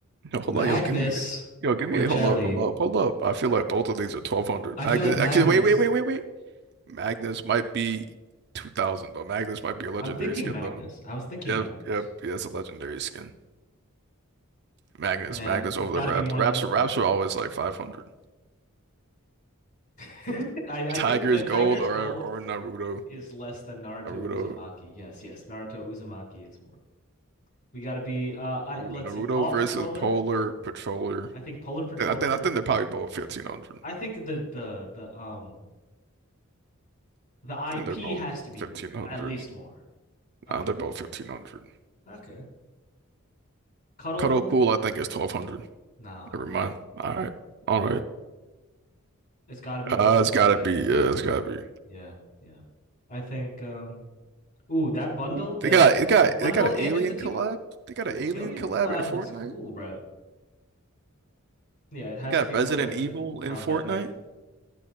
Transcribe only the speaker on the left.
Magnus
or
Jelly.
I
feel like Magnus.
I'm thinking
Magnus.
I was thinking
Magnus.
Yeah,
it's
got
to be more
than the
rap.
<laughs> I,
I think the Tiger's
Gold
is less than Naruto
Uzumaki. Yes, yes, Naruto Uzumaki is more. We got to be. Uh, I
let's
see. Paw
Patroller.
I think Polar Patroller
I think the the the um the IP
has to be
m- at least more. Okay.
Okay. Cuddle
pool?
No,
no.
It's got to be
more than
the pickaxe.
Yeah, yeah. I think um ooh, that bundle,
uh, it's,
it's
a bundle
and
it's a team
up?
Ooh,
Alien
Collab
looks cool, bro. Yeah, it has
to be
more than
the combat
knife.